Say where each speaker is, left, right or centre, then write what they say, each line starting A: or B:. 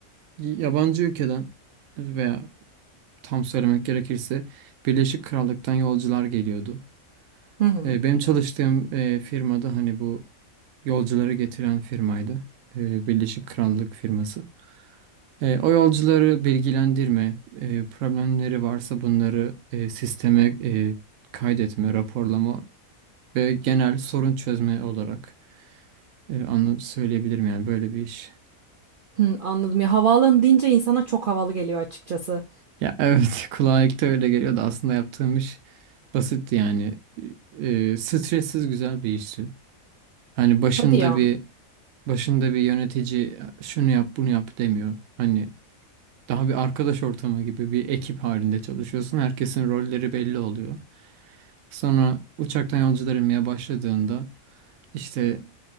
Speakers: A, on the right; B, on the right.
A: yabancı ülkeden veya tam söylemek gerekirse Birleşik Krallık'tan yolcular geliyordu.
B: Hı hı.
A: E, benim çalıştığım e, firmada hani bu yolcuları getiren firmaydı. E, Birleşik Krallık firması. E, o yolcuları bilgilendirme, e, problemleri varsa bunları e, sisteme e, kaydetme, raporlama ve genel sorun çözme olarak e, anla- söyleyebilirim yani böyle bir iş.
B: Hı, anladım. Ya havaalanı deyince insana çok havalı geliyor açıkçası.
A: Ya evet <laughs> kulağa ilk de öyle geliyordu aslında yaptığım iş basitti yani E, stressiz güzel bir işti. Hani başında
B: Hadi ya.
A: bir başında bir yönetici şunu yap bunu yap demiyor. Hani daha bir arkadaş ortamı gibi bir ekip halinde çalışıyorsun. Herkesin rolleri belli oluyor. Sonra uçaktan yolcular inmeye başladığında işte